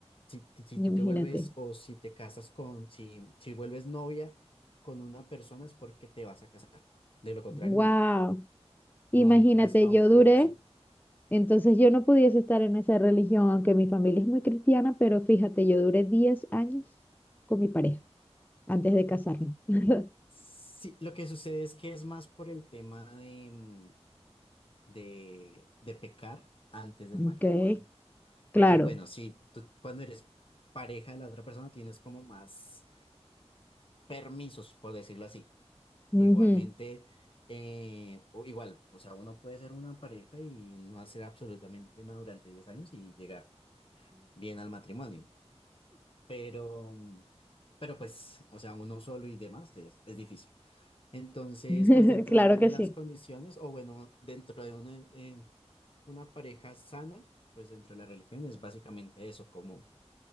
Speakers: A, on the left; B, on the left.
A: si, ti- si tú
B: Imagínate.
A: te vuelves o si te casas con, si, si vuelves novia con una persona es porque te vas a casar. De lo contrario,
B: Wow.
A: no,
B: Imagínate,
A: no entras a
B: yo
A: una
B: duré
A: relación.
B: Entonces yo no pudiese estar en esa religión, aunque mi familia es muy cristiana, pero fíjate, yo duré 10 años con mi pareja antes de casarnos. <laughs>
A: Sí, lo que sucede es que es más por el tema de, mm, de, de pecar antes del
B: Ok,
A: matrimonio.
B: claro.
A: Porque bueno, si tú cuando eres pareja de la otra persona tienes como más permisos, por decirlo así.
B: Ujú.
A: Igualmente, eh, o igual, o sea, uno puede ser una pareja y no hacer absolutamente nada durante 10 años y llegar bien al matrimonio. Pero, mm, pero pues, o sea, uno solo y demás es, es difícil. Entonces,
B: Mm.
A: pues dentro
B: <laughs> Claro
A: de una
B: que
A: de las
B: sí.
A: condiciones, o bueno, dentro de una, en una pareja sana, pues dentro de la religión es básicamente eso, como